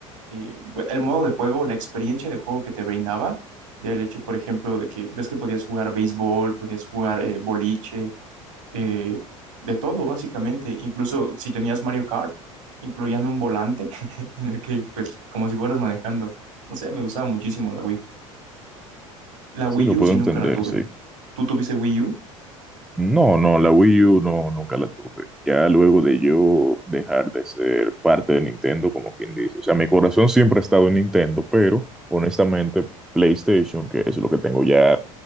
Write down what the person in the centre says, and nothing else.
sí
lo
puedo
entender,
sí.
No, no, la Wii U no nunca la tuve. Ya luego de yo dejar de ser parte de Nintendo, como quien dice, o sea, mi corazón siempre ha estado en Nintendo, pero honestamente PlayStation, que es lo que tengo ya